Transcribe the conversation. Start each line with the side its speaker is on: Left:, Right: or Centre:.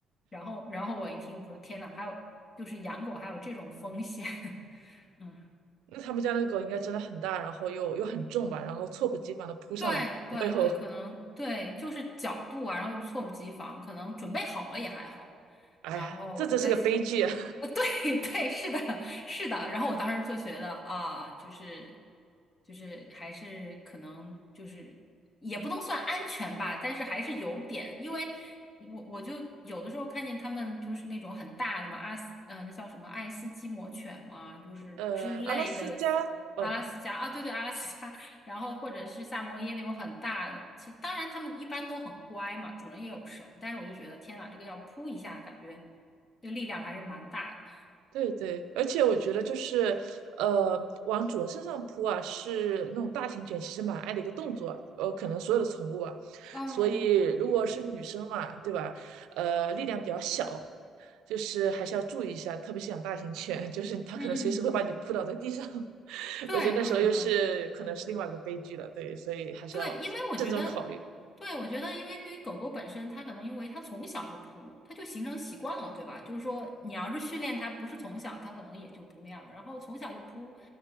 Left: 然后然后我一听我说天呐，还有就是养狗还有这种风险，<laughs> 嗯。
Right: 那他们家那个狗应该真的很大，然后又又很重吧，然后猝不及防的扑上来，
Left: 对对对，
Right: 从背后，
Left: 可能对，就是角度啊，然后又猝不及防，可能准备好了也还好。
Right: 哎呀，
Left: 然后我就在想，
Right: 这真是个悲剧啊！
Left: 呃，对 <laughs> 对，是的，是的。然后我当时就觉得啊，就是就是还是可能就是也不能算安全吧，但是还是有点，因为我我就有的时候看见他们就是那种很大的嘛，阿斯呃那叫什么爱斯基摩犬嘛，就是之类的。
Right: 呃，阿拉斯加，哦
Left: 阿拉斯加啊，对对，阿拉斯加，然后或者是萨摩耶那种很大的，其当然他们一般都很乖嘛，主人也有绳，但是我就觉得天呐，这个要扑一下，感觉这个力量还是蛮大的。
Right: 对对，而且我觉得就是，呃，往主人身上扑啊，是那种大型犬其实蛮爱的一个动作啊，呃，可能所有的宠物啊，
Left: 嗯
Right: 所以如果是女生嘛，对吧？呃，力量比较小，就是还是要注意一下，特别是养大型犬，就是它可能随时会把你扑倒在地上，
Left: 嗯，
Right: <laughs>
Left: 对对对，
Right: 我觉得那时候又是可能是另外一个悲剧了，对，所以还是要慎重考虑。
Left: 对，因为我觉得，对，我觉得，因为对于狗狗本身，它可能因为它从小就扑，它就形成习惯了，对吧？就是说，你要是训练它，不是从小，它可能也就不那样，然后从小就扑，